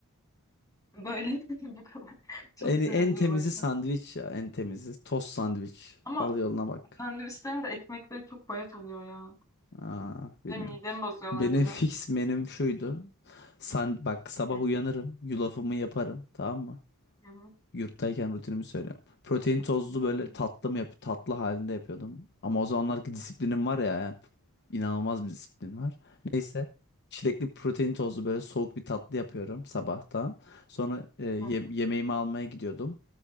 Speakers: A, on the left (about 15°); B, on the left (about 50°).
A: Böyle <laughs> bu kadar. Çok
B: En,
A: sinirliyim
B: en temizi
A: o yüzden.
B: sandviç ya en temizi. Tost sandviç.
A: Ama
B: Al yoluna bak.
A: Sandviçlerin de ekmekleri çok bayat oluyor ya.
B: Aa,
A: Ve
B: bilmiyorum.
A: midemi bozuyorlar
B: Benim
A: biraz.
B: fix menüm şuydu. Sen bak sabah
A: Hı
B: uyanırım, yulafımı yaparım, tamam mı?
A: hı.
B: Yurttayken rutinimi söylüyorum. Protein tozlu böyle
A: hı
B: tatlı mı yap tatlı halinde yapıyordum. Ama o zamanlarki disiplinim var ya, yani inanılmaz bir disiplin var. Neyse, çilekli protein tozlu böyle soğuk bir tatlı yapıyorum sabahtan. Sonra e, ye-
A: hı.
B: yemeğimi almaya gidiyordum.